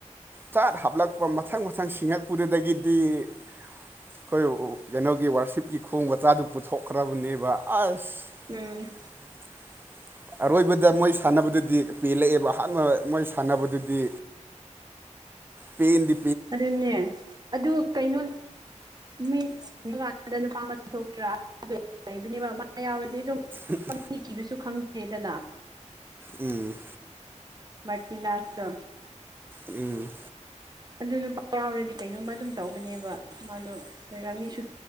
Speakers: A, on the right; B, on the right.
A: ꯆꯥꯠ ꯍꯥꯞꯂꯛꯄ ꯃꯊꯪ ꯃꯊꯪ ꯁꯤꯡꯉꯛꯄꯗꯨꯗꯒꯤꯗꯤ ꯑꯩꯈꯣꯏ ꯀꯩꯅꯣꯒꯤ ꯋꯥꯔꯁꯤꯞꯀꯤ ꯈꯣꯡ ꯃꯆꯥꯗꯨ ꯄꯨꯊꯣꯛꯈ꯭ꯔꯕꯅꯦꯕ ꯑꯁ
B: ꯎꯝ
A: <inaudible> ꯑꯔꯣꯏꯕꯗ ꯃꯣꯏ ꯁꯥꯟꯅꯕꯗꯨꯗꯤ ꯄꯦꯜꯂꯛꯑꯦꯕ ꯑꯍꯥꯟꯕ ꯃꯣꯏ ꯁꯥꯟꯅꯕꯗꯨꯗꯤ ꯄꯟꯗꯤ
B: ꯑꯗꯨꯅꯦ ꯑꯗꯨ ꯀꯩꯅꯣ ꯃꯤꯁ ꯁꯤꯕ ꯀꯥꯟꯁꯤꯗ ꯅꯨꯄꯥ ꯑꯃ ꯊꯣꯛꯇ꯭ꯔꯥ ꯂꯩꯕꯅꯦꯕ ꯃꯥ ꯌꯥꯎꯔꯗꯤ ꯑꯗꯨꯝ
A: ꯍ
B: ꯆꯪꯅꯤ ꯀꯤꯈꯤꯕꯁꯨ ꯈꯪꯗꯦꯗꯅ
A: ꯎꯝ
B: ꯃꯇꯤ ꯅꯅꯥꯁꯇ
A: ꯎꯝ
B: ꯑꯗꯨ ꯅꯨꯄꯥ ꯌꯥꯎꯔꯗꯤ ꯀꯩꯅꯣꯝꯃ ꯑꯗꯨꯝ ꯇꯧꯕꯅꯦꯕ ꯃꯥꯗꯣꯣꯏ ꯔꯥꯃꯤꯁꯨ